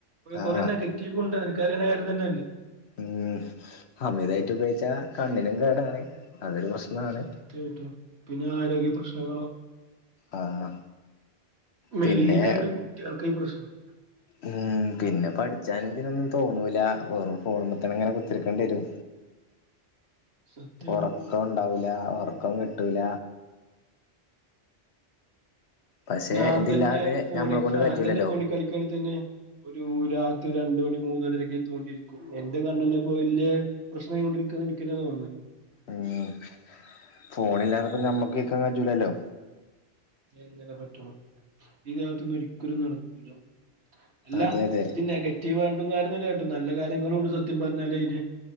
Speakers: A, on the left; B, on the right.
A: ആഹ്
B: കുറേ നെഗറ്റീവ് ഉണ്ടതിന് <unintelligible> ക്കറിയണ കാര്യം തന്നല്ലേ
A: ഉം അമിതായിട്ട് ഉപയോഗിച്ചാ കണ്ണിനും കേടാണ് അതൊരു പ്രശ്നാണ്
B: സത്യായിട്ടും പിന്നെ ആരോഗ്യ പ്രശ്നങ്ങളോ
A: ആഹ്
B: മെയിനായിട്ട്
A: പിന്നെ
B: കുട്ടികൾക്കായി പ്രശ്നം
A: ഉം പിന്നെ പഠിച്ചാൻ ഇതിനൊന്നും തോന്നൂല വെറും ഫോണുമെത്തന്നെ ഇങ്ങനെ കുത്തിരിക്കേണ്ടി വരും
B: സത്യാണ്
A: ഒറക്കം ഉണ്ടാവൂല ഒറ ക്കം കിട്ടൂല പക്ഷെ
B: ഞാൻ
A: ഇതില്ലാതെ
B: തന്നെ ഫോണിക്ക്‌
A: ഞമ്മളെ കൊണ്ട് കജൂലല്ലോ
B: ഞാൻ തന്നെ ഫോണിൽ കളിക്കാണെങ്കി തന്നെ ഒരു ഒരു രാത്രി രണ്ട് മണി മൂന്നുമണിവരൊക്കെ തോണ്ടിയിരിക്കും എന്റെ കണ്ണന്നെ ഇപ്പോ വല്ല്യേ പ്രശ്നായി കൊണ്ടിരിക്കാന്ന് എനിക്കെന്നെ തോന്നുന്ന
A: ഉം ഫോണില്ലാതപ്പോ ഞമ്മക്കും ഇരിക്കാൻ കയിജൂലല്ലോ
B: എങ്ങനെ പറ്റും ഈ കാലത്തൊന്നും ഒരിക്കലും നടക്കൂല അല്ല
A: അതെ അതെ
B: ഇത് നെഗറ്റീവ് ആയിണ്ടും കാര്യ കേട്ടോ നല്ല കാര്യങ്ങളുണ്ട് സത്യം പറഞ്ഞാലേ അയിനെ